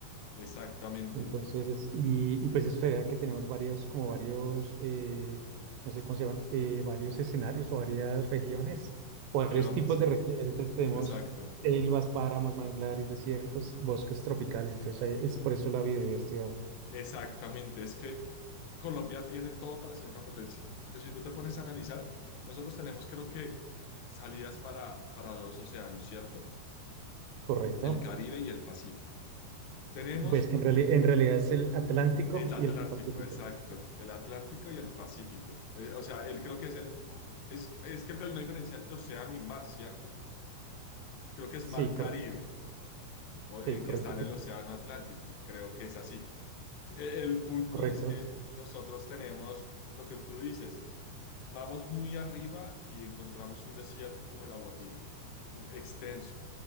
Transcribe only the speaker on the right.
Entonces, es- y, y pues es verdad que tenemos varios, como varios, eh, no sé cómo se llaman, eh, varios escenarios o varias regiones, o
varios tipos
de regiones. Entonces tenemos
selvas, páramos, manglares, desiertos, bosques tropicales. Entonces ahí es por eso la biodiversidad,
¿correcto?
Pues que en reali- en realidad es el Atlántico
y el Pacífico.
Sí,
correcto.
Sí,
correcto,
pues,
correcto.